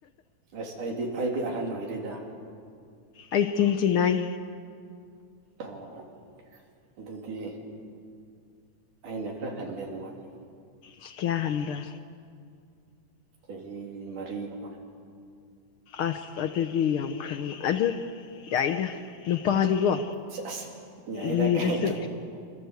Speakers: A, on the right (about 70°); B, on the left (about 80°).
A: ꯑꯁ ꯑꯩꯗꯤ ꯑꯩꯗꯤ ꯑꯍꯟ ꯑꯣꯏꯔ‌ꯦꯗ꯫
B: ꯑꯩꯪ ꯇꯋꯦꯟꯆꯤ ꯅꯥꯢꯟ
A: ꯑꯣ ꯑꯣ ꯑꯗꯨꯗꯤ ꯑꯩꯅ ꯈꯔ ꯍꯜꯂꯦ ꯅꯉꯣꯟꯗ
B: ꯁꯤ ꯀꯌꯥ ꯍꯥꯟꯕ꯭ꯔꯥ꯫
A: ꯆꯍꯤ ꯃꯔꯤꯒ
B: ꯑꯁ ꯑꯗꯨꯗꯤ ꯌꯥꯝ ꯈꯪꯉ ꯑꯗꯨ ꯌꯥꯏꯅ ꯅꯨꯄꯥꯅꯤꯀꯣ
A: ꯁꯦꯁ ꯌꯥꯏꯗ
B: ꯂꯤꯔꯁꯨ꯫
A: ꯀꯩꯅꯣ